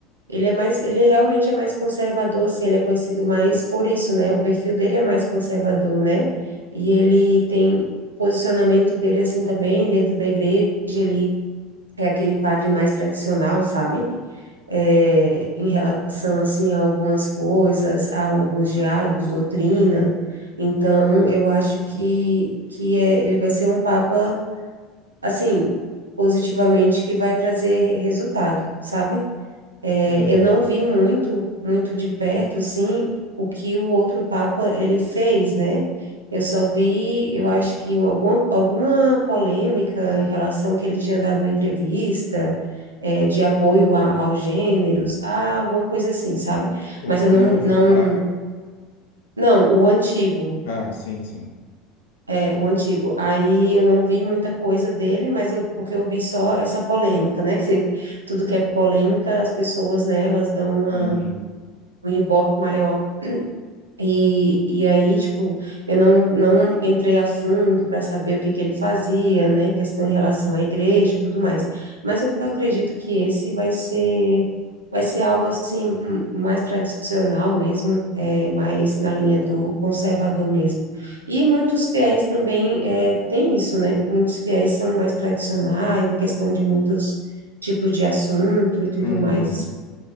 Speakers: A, on the right; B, on the left.
A: ele é mais, ele realmente é mais conservador, assim, ele é conhecido mais por isso, né? O perfil dele é mais conservador, né? E ele tem o posicionamento dele assim também dentro da igreja, ele é aquele padre mais tradicional, sabe? É, em relação assim a algumas coisas, a alguns diálogos, doutrina. Então, eu acho que que é, ele vai ser um papa assim, positivamente que vai trazer resultado, sabe? É,
B: Uhum.
A: eu não vi muito, muito de perto, assim, o que o outro Papa ele fez, né? Eu só vi, eu acho que alguma, alguma polêmica em relação que ele tinha dado uma entrevista, é, de apoio a- aos gêneros, a alguma coisa assim, sabe? Mas
B: O
A: eu não,
B: novo
A: não,
B: Papa?
A: não, o antigo,
B: Ah, sim, sim.
A: é, o antigo. Aí eu não vi muita coisa dele, mas eu, porque eu vi só essa polêmica, né? <laughs> Que se- tudo que é polêmica, as pessoas, né, elas dão uma
B: Entendi.
A: um ibope maior. E, e aí, tipo, eu não, não entrei a fundo para saber o que que ele fazia, né, em questão em relação à igreja e tudo mais. Mas eu acredito que esse vai ser, vai ser algo assim mais tradicional mesmo, é, mais na linha do conservador mesmo. E muitos fiéis também é, tem isso, né? Muitos fiéis são mais tradicionais em questão de muitos tipos de assunto e tudo
B: Uhum.
A: mais.